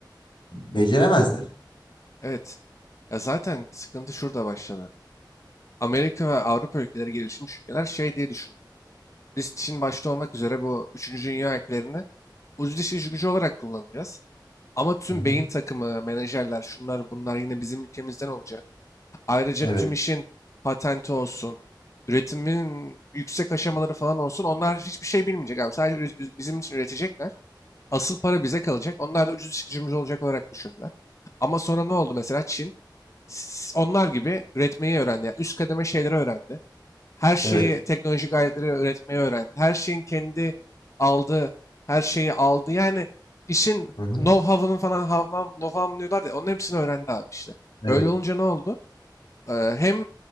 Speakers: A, on the left; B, on the left.
A: beceremezler.
B: Evet. Ya zaten sıkıntı şurada başladı. Amerika ve Avrupa ülkeleri gelişmiş ülkeler şey diye düşündü. Biz Çin başta olmak üzere bu üçüncü dünya ülkelerini ucuz iş gücü gücü olarak kullanacağız. Ama tüm
A: Hı hı.
B: beyin takımı, menajerler, şunlar bunlar yine bizim ülkemizden olacak. Ayrıca
A: Evet,
B: tüm işin patenti olsun, üretimin yüksek aşamaları falan olsun. Onlar hiçbir şey bilmeyecek abi. Sadece üre- bizim için üretecekler. Asıl para bize kalacak. Onlar da ucuz iş gücümüz olacak olarak düşündüler. Ama sonra ne oldu mesela Çin? s- Onlar gibi üretmeyi öğrendi. Yani üst kademe şeyleri öğrendi. Her şeyi
A: evet.
B: teknolojik aletleri üretmeyi öğrendi. Her şeyin kendi aldığı, her şeyi aldı. Yani işin
A: Hı hı.
B: know-how'ının falan how-how, know-how'ını diyorlar ya. Onun hepsini öğrendi abi işte.
A: Evet.
B: Öyle olunca ne oldu? Eee, hem